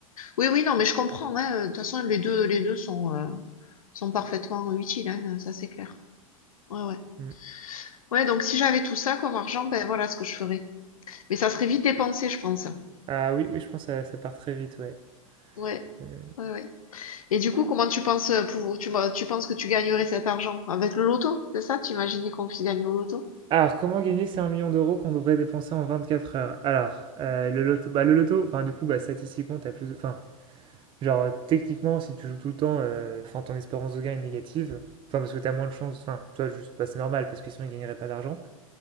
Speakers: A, on the left; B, on the right.
A: Oui, oui, non, mais je comprends, hein. De toute façon, les deux, les deux sont, euh, sont parfaitement utiles, hein, ça c'est clair. Ouais, ouais.
B: Mm.
A: Ouais, donc si j'avais tout ça comme argent, ben voilà ce que je ferais. Mais ça serait vite dépensé, je pense.
B: Ah oui, oui, je pense que ça, ça part très vite, ouais.
A: Ouais,
B: Euh,
A: ouais, ouais. Et du coup, comment tu penses euh, pour, tu, tu penses que tu gagnerais cet argent? Avec le loto, c'est ça? Tu imaginais qu'on y gagne au loto?
B: Alors, comment gagner ces un million d'euros qu'on devrait dépenser en 24 heures? Alors, euh, le loto, bah, le loto, enfin, du coup, bah, statistiquement, t'as plus de, enfin, Genre, euh, techniquement, si tu joues tout le temps, euh, enfin, ton espérance de gain est négative. Enfin, parce que t'as moins de chance. Enfin, toi, juste, bah, c'est normal, parce que sinon, ils gagneraient pas d'argent.